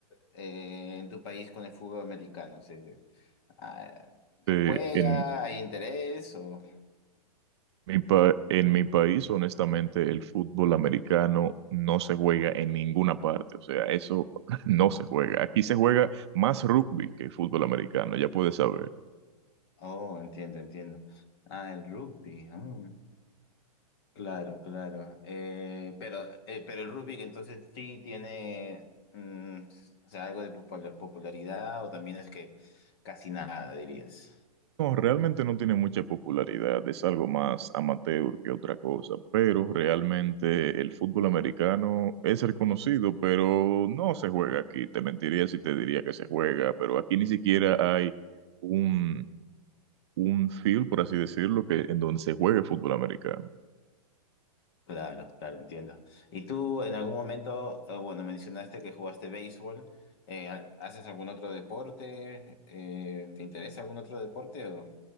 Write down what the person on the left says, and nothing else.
eh, en tu país con el fútbol americano? ¿Se, ah, ¿se
juega?
¿Hay interés? O...
Oh, entiendo, entiendo. Ah, el rugby. ah, claro, claro. Eh, pero, eh, pero el rugby entonces sí tiene mm, o sea, algo de popula- popularidad o también es que casi nada, dirías.
Claro, claro, entiendo. ¿Y tú en algún momento, eh, bueno, mencionaste que jugaste béisbol, eh, ha- ¿haces algún otro deporte? Eh, ¿te interesa algún otro deporte o,